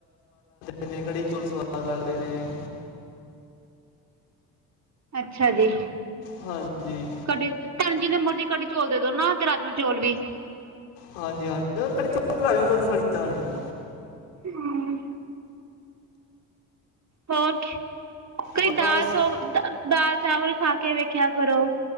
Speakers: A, on the left; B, on the right.
A: ਇੰਨੇ ਕੜੀ ਚੌਲ ਸਵਾਦ ਲੱਗਦੇ ਨੇ-
B: ਅੱਛਾ ਜੀ
A: ਹਾਂਜੀ
B: ਕਦੇ ਧਨ ਜੀ ਨੇ ਮਰਜੀ ਕਦੀ- ਚੋਲ ਦੇ ਦੋ ਨਾ ਤੇ ਰਾਜਮਾਂ ਚੌਲ ਵੀ-
A: ਹਾਂਜੀ-ਹਾਂਜੀ <unintelligible>
B: ਹੂੰ। ਹੋਰ ਕਈ
A: ਬਸ
B: ਦਾਲ-ਚੋਲ ਦਾਲ ਚਾਵਲ ਖਾ ਕੇ ਵੇਖਿਆ ਕਰੋ